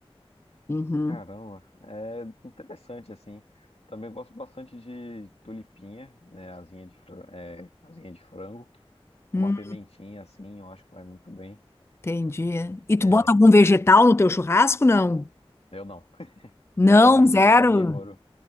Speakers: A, on the left; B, on the left.
A: Uhum.
B: Caramba, é interessante assim. Também gosto bastante de tulipinha, né? Asinha de, fran- é, asinha de frango, com
A: Hum,
B: uma pimentinha assim, eu acho que vai muito bem.
A: entendi. E tu
B: É,
A: bota algum vegetal no teu churrasco? Não.
B: eu não. <laughs>
A: Não,
B: Totalmente
A: zero.
B: carnívoro.